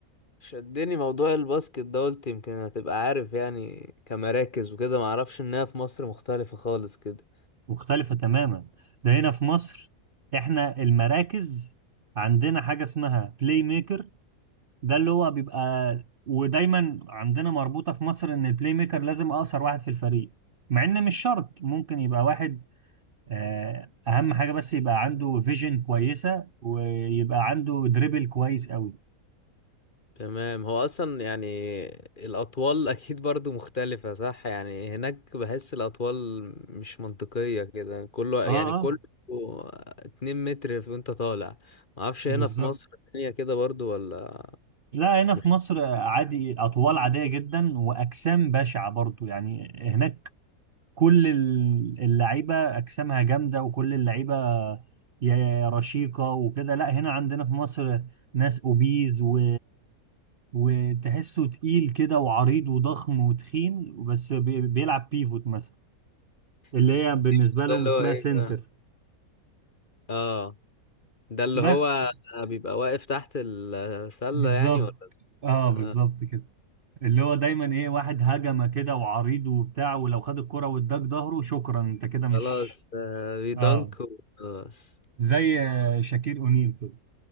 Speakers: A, on the left; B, on the right.
A: شدني موضوع الباسكت ده قلت يمكن هتبقى عارف يعني كمراكز وكده معرفش انها في مصر مختلفة خالص كده
B: مختلفة تماما ده هنا في مصر احنا المراكز عندنا حاجة اسمها بلاي ميكر ده اللي هو بيبقى ودايما عندنا مربوطة في مصر ان البلاي ميكر لازم اقصر واحد في الفريق مع ان مش شرط ممكن يبقى واحد آه، اهم حاجة بس يبقى عنده فيجن كويسة ويبقى عنده دريبل كويس قوي
A: تمام هو اصلا يعني الاطوال <laughs> اكيد برضو مختلفة صح يعني هناك بحس الاطوال مش منطقية كده كله
B: اه
A: يعني كله
B: اه
A: اتنين متر وانت طالع معرفش
B: بالظبط
A: هنا في مصر الدنيا كده برضو ولا
B: لا هنا في
A: مش
B: مصر عادي اطوال عادية جدا واجسام بشعة برضو يعني هناك كل ال- اللعيبه اجسامها جامده وكل اللعيبه يا رشيقه وكده لا هنا عندنا في مصر ناس اوبيز و وتحسه تقيل كده وعريض وضخم وتخين بس بي- بيلعب بيفوت مثلا اللي
A: <laughs>
B: هي بالنسبه لهم
A: ده اللي
B: اسمها
A: هو ايه
B: سنتر
A: بقى؟ اه ده اللي
B: بس
A: هو بيبقى واقف تحت السلة
B: بالظبط
A: يعني ولا
B: اه بالظبط كده اللي هو دايما ايه واحد هجمه كده وعريض وبتاع ولو خد الكرة واداك ظهره شكرا انت كده مش
A: خلاص آه، بيدنك
B: اه
A: وخلاص
B: زي آه، شاكير اونيل كده